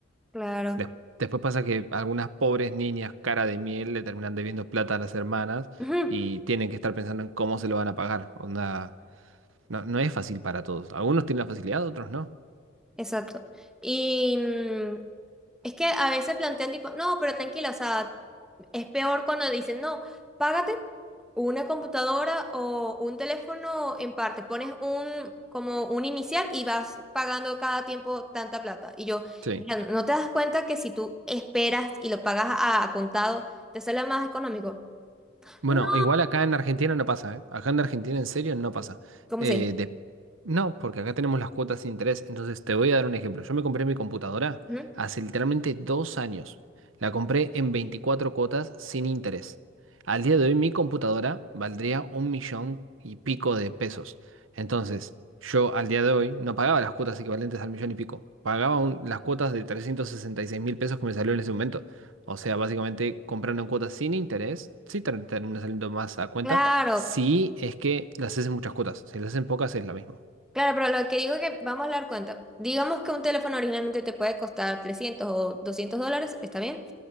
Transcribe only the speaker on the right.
Des- después pasa que algunas pobres niñas cara de miel le terminan debiendo plata a las hermanas
y tienen que estar pensando en cómo se lo van a pagar. Onda. No, no es fácil para todos. Algunos tienen la facilidad, otros no.
Sí.
Bueno,
igual acá en Argentina no pasa, ¿eh? Acá en Argentina en serio no pasa.
Eh,
de... No, porque acá tenemos las cuotas sin interés. Entonces te voy a dar un ejemplo. Yo me compré mi computadora
hace literalmente dos años. La compré en 24 cuotas sin interés. Al día de hoy mi computadora valdría un millón y pico de pesos. Entonces, yo al día de hoy no pagaba las cuotas equivalentes al millón y pico. Pagaba un- las cuotas de trescientos sesenta y seis mil pesos que me salió en ese momento. O sea, básicamente comprando en cuotas sin interés, sí te termina saliendo más a cuenta,
si es que las haces en muchas cuotas, si las haces en pocas es la misma.